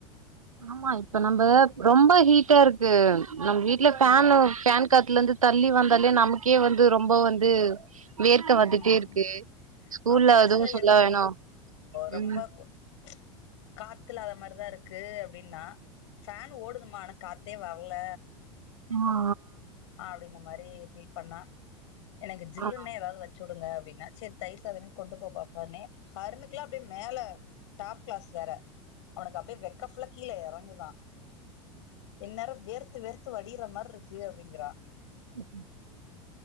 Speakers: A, on the right; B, on the left.
A: ஆமா இப்ப நம்ம ரொம்ப ஹீட்டா இருக்கு நம்ம வீட்ல ஃபேனு
B: ஆ
A: ஃபேன் காத்துல இந்து தள்ளி வந்தாலே நமக்கே வந்து ரொம்ப வந்து வேர்க்க
B: ம்
A: வந்துட்டே இருக்கு ஸ்கூல்ல
B: அவ கிளாஸ்ல
A: அதுவு சொல்ல
B: ஏதோ
A: வேணா
B: ரொம்ப
A: ம்
B: ச் காத்துல அத மாரிதா இருக்கு அப்டின்னா ஃபேன் ஓடுதுமா ஆனா காத் காத்தே வர்ல
A: ம்மா
B: ஆ அப்டின்ன மாரி ஃபீல் பண்ணா எனக்கு ஜில்லுன்னே
A: ஆ ஆ
B: எதாவது வெச்சுடுங்க அப்டின்ன சேர் தயிர் சாதமே கொண்டு போ பாப்பானே ஹருணுக்கெல்லா அப்டியே மேல டாப் கிளாஸ் வேற அவனுக்கு அப்டியே வெக்க ஃபுல்லா கீழ எறங்குது தா இன்னாரோ வேறு வேர்த்து வேர்த்து வடியிர்ற மார் இருக்கு அப் அப்டிங்கிறா
A: ம்க்ம்